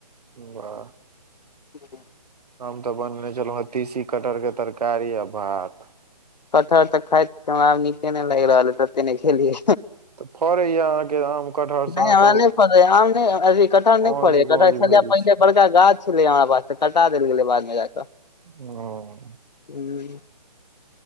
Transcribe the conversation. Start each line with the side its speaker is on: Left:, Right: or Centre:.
Right: वाह
Left: <inaudible>
Right: हम तऽ बनने छलहुँ हँ, तीसी कटहरके तरकारी आ भात।
Left: कटहर तऽ खाइत आब नीके नै, लागि रहल हइ तते ने खेलियै।
Right: तऽ फड़ैया अहाँके आम कटहर से
Left: नै
Right: अहाँ
Left: हमरा
Right: सब
Left: नै फड़ै आम नै, अथि कटहर नै
Right: औज
Left: फरै या
Right: गौज
Left: कटहर छलै
Right: भेल
Left: पहिले
Right: छी
Left: बड़का गाछ छलै हमरा पास, तऽ कटा देल गेलै बादमे जााकऽ।
Right: ओ।
Left: हूं।